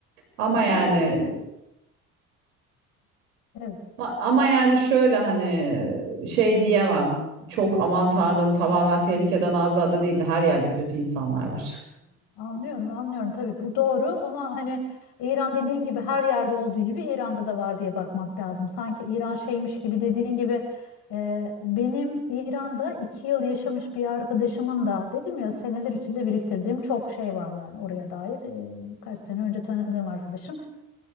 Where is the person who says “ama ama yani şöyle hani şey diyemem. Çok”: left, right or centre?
Right